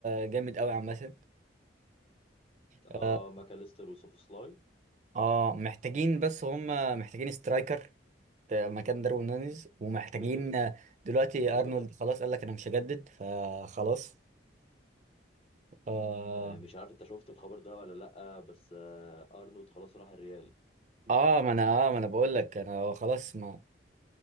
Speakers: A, on the right (about 40°); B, on the left (about 30°).
A: جامد قوي عامة اه
B: اه ماكاليستر وسوبوسلاي
A: آه، محتاجين بس هم محتاجين سترايكر مكان داروين نونيز ومحتاجين
B: كده كده
A: دلوقتي
B: كده
A: ارنولد
B: كده
A: خلاص قال لك انا مش هجدد فخلاص اه
B: آه مش عارف انت شفت الخبر ده ولا لا بس آه ارنولد خلاص راح الريال
A: آه، ما انا اه ما انا بقول لك انا خلاص ما